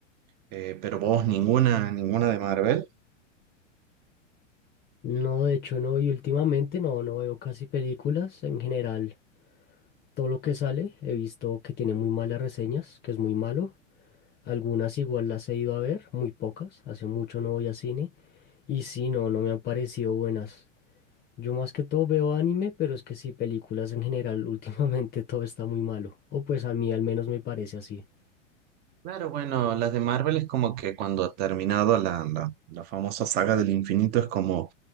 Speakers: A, on the right; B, on the left.
A: Eh, pero vos, ninguna, ninguna de Marvel.
B: No, de hecho no, y últimamente no, no veo casi películas en general. Todo lo que sale he visto que tiene muy malas reseñas, que es muy malo. Algunas igual las he ido a ver, muy pocas, hace mucho no voy a cine. Y sí, no, no me han parecido buenas. Yo más que todo veo anime, pero es que sí, películas en general, <laughs> últimamente todo está muy malo. O pues a mí al menos me parece así.
A: Claro, bueno, las de Marvel es como que cuando ha terminado la, la, la famosa saga del infinito es como,